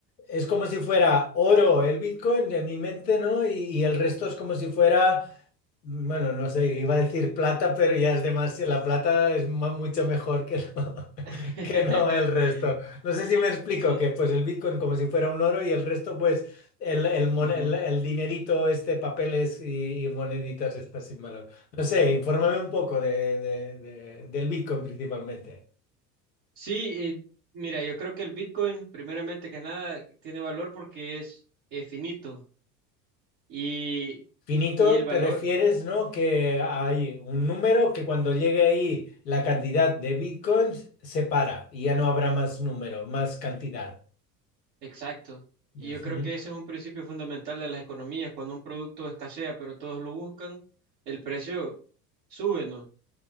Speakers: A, on the left (about 75°); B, on the right (about 60°).
A: es como si fuera oro el Bitcoin en mi mente, ¿no? Y, y el resto es como si fuera bueno, no sé, iba a decir plata, pero ya es demasiado. La plata es ma- mucho mejor que no,
B: <laughs>
A: <laughs> que no el resto. No sé si me explico,
B: Sí.
A: que pues el Bitcoin como si fuera un oro y el resto pues el, el, mon-
B: ujú.
A: el- el dinerito, este, papeles y, y moneditas estas sin valor. No sé, infórmame un poco de, de- de- del Bitcoin principalmente.
B: Sí, eh, mira, yo creo que el Bitcoin, primeramente que nada, tiene valor porque es eh, finito y,
A: Finito,
B: y el valor
A: te refieres, ¿no? Que hay un número que cuando llegue ahí la cantidad de Bitcoins se para y ya no habrá más número, más cantidad.
B: Exacto. Y
A: Ujú,
B: yo creo que ese es un principio fundamental de las economías. Cuando un producto escasea, pero todos lo buscan, el precio sube, ¿no?